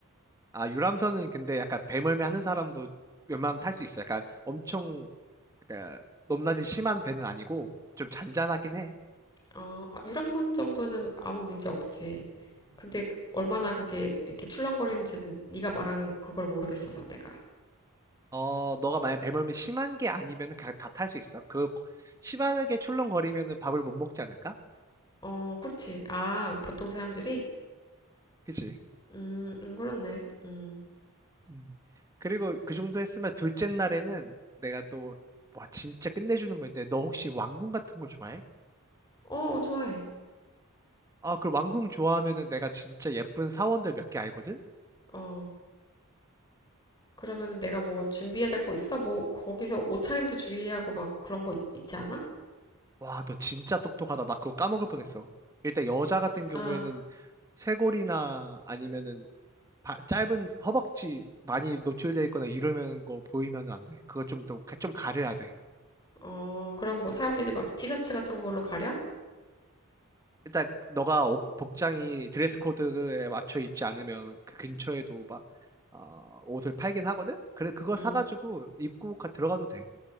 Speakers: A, on the right (about 15°); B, on the left (about 20°).
A: 아, 유람선은 근데 약간 배멀미 하는 사람도 웬만하면 탈 수 있어. 약간 엄청, 약간 높낮이 심한 배는 아니고 좀 잔잔하긴 해.
B: 아, 아, 유람선 정도는 아무 문제 없지. 근데 얼마나 그게 이렇게 출렁거리는지는 네가 말한 그걸 모르겠어서 내가.
A: 어, 너가 만약 배멀미 심한 게 아니면은 그냥 다 탈 수 있어. 그, 심하게 출렁거리면은 밥을 못 먹지 않을까?
B: 어, 그렇지. 아, 보통 사람들이
A: 그치?
B: 음, 음, 그렇네. 음.
A: 음. 그리고 그 정도 했으면 둘째 날에는 내가 또, 와, 진짜 끝내주는 거 있는데, 너 혹시 왕궁 같은 거 좋아해?
B: 어, 좋아해.
A: 아, 그 왕궁 좋아하면은 내가 진짜 예쁜 사원들 몇 개 알거든?
B: 어. 그러면은 내가 뭐 준비해야 될 거 있어? 뭐 거기서 옷차림도 주의하고 막 그런 거 있, 있지 않아?
A: 와, 너 진짜 똑똑하다. 나 그거 까먹을 뻔했어. 일단 여자 같은 경우에는
B: 아,
A: 쇄골이나 아니면은 바- 짧은 허벅지 많이 노출돼 있거나 이러는 거 보이면 안 돼. 그거 좀 더, 좀 가려야 돼.
B: 어, 그럼 뭐 사람들이 막 티셔츠 같은 걸로 가려?
A: 일단 너가 옷- 복장이 드레스 코드에 맞춰 입지 않으면 그 근처에도 막 어, 옷을 팔긴 하거든. 그래 그거
B: 음,
A: 사가지고 입고 가- 들어가도 돼.